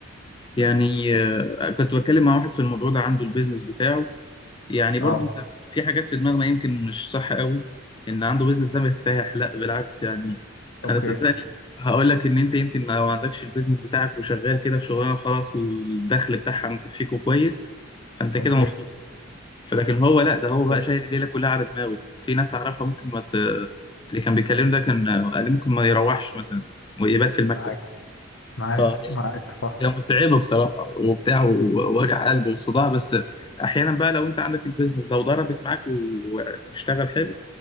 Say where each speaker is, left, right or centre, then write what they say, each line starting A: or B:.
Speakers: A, on the left; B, on the left.
A: يعني
B: مم.
A: آه، كنت بتكلم مع واحد في الموضوع ده عنده البيزنس بتاعه يعني برضو
B: أه
A: انت في حاجات في دماغنا يمكن مش صح قوي ان عنده بيزنس ده مرتاح لا بالعكس يعني
B: أوكي
A: انا صدقني هقول لك ان انت يمكن لو ما عندكش البيزنس بتاعك وشغال كده في شغلانه وخلاص والدخل بتاعها مكفيكوا كويس فانت
B: أوكي
A: كده مبسوط فلكن هو لا ده هو بقى
B: أوكي
A: شايل الليله كلها على دماغه في ناس اعرفها ممكن ما ت... اللي كان بيكلمني ده كان قال لي ممكن ما يروحش مثلا ويبات في المكتب
B: معاك معاك
A: اه
B: معاك صح
A: هي متعبة بصراحة وبتاع و- ووجع قلب وصداع بس أحيانا بقى لو أنت عندك البيزنس ده وضربت معاك و- واشتغل حلو